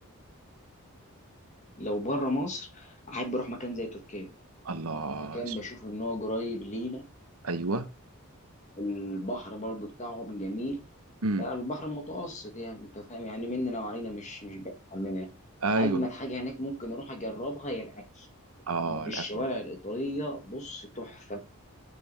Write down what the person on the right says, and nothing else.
الله
ايوه
امم
ايوه
اه
الاكل